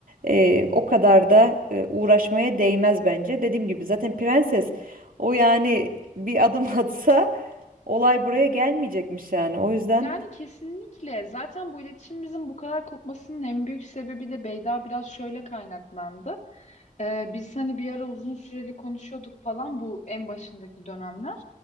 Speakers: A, on the right (about 85°); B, on the left (about 55°).
A: Ee, o kadar da e, uğraşmaya değmez bence. Dediğim gibi zaten prenses o yani bir adım <laughs> atsa olay buraya gelmeyecekmiş yani. O yüzden
B: Yani kesinlikle. Zaten bu iletişimimizin bu kadar kopmasının en büyük sebebi de Beyda biraz şöyle kaynaklandı. Ee, biz hani bir ara uzun süreli konuşuyorduk falan bu en başındaki dönemler.